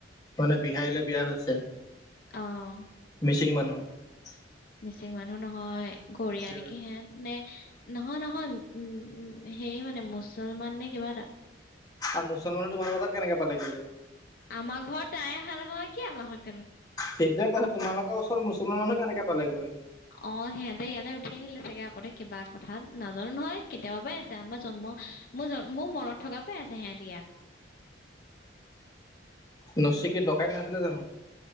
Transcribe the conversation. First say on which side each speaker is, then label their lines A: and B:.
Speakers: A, on the left (about 20°); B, on the left (about 50°).
A: মানে বিহাৰীলৈ বিয়া হৈছে
B: অ
A: মিচিং মানুহ
B: <unintelligible> মানুহ নহয় গৰীয়া
A: দেউৰী
B: নেকি সিহঁত নে নহয় নহয় উম সেই মানে মুছলমান নে কিবা এটা
A: আৰু মুছলমানো তোমাৰ বজাৰ কেনেকে পালে কি যে
B: আমাৰ ঘৰত তাই অহা নহয় কি আমাৰ ঘ
A: সেইটয়ে কৈছ তোমালোকৰ ওচৰ মুছলমান মানুহ কেনেকে পালেগৈ
B: অ সিহঁতে ইয়ালৈ উঠি আহিলে চাগে আগতে কিবা কথা নাজানো নহয় কেতিয়াবা পৰাই আছে আমাৰ জন্ম মোৰ মোৰ মনত থকা পাই আছে সিহত ইয়াত
A: নচ কি ডকাইত নাছিলে জানো